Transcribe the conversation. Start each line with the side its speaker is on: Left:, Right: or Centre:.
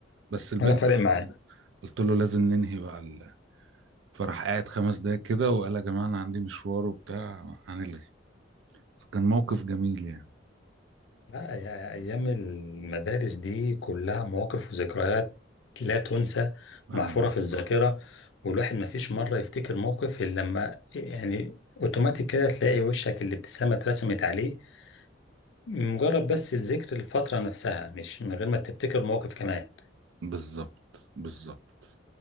Right: بس البنت
Left: ولا فارق
Right: خلاص
Left: معاه
Right: قلت له لازم ننهي بقى ال... فراح قاعد خمس دقايق كده وقال يا جماعه انا عندي مشوار وبتاع هنلغي فكان موقف جميل يعني
Left: لا يا أيام المدارس دي كلها مواقف وذكريات لا تنسى
Right: اه
Left: محفورة في الذاكرة والواحد ما فيش مرة يفتكر موقف إلا لما يعني أوتوماتيك كده تلاقي وشك الابتسامة اترسمت عليه مجرد بس الذكر الفترة نفسها مش من غير ما تفتكر موقف كمان
Right: بالظبط بالظبط